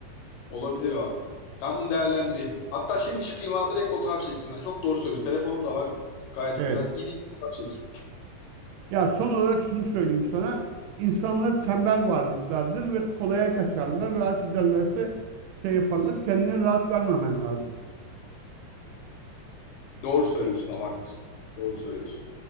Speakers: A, on the left (about 85°); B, on the right (about 85°).
A: Olabilir abi. Ben bunu değerlendireyim. Hatta şimdi çıkayım abi direkt fotoğraf çekeyim. Yani çok doğru söylüyorsun. Telefonum da var. Gayet
B: Evet.
A: güzel. Gideyim fotoğraf çekeyim.
B: Ya son olarak şunu söyleyeyim sana. İnsanlar tembel varlıklardır ve kolaya kaçarlar. Rahat ederlerse şey yaparlar. Kendine rahat vermemen lazım.
A: Doğru söylüyorsun abi haklısın. Doğru söylüyorsun.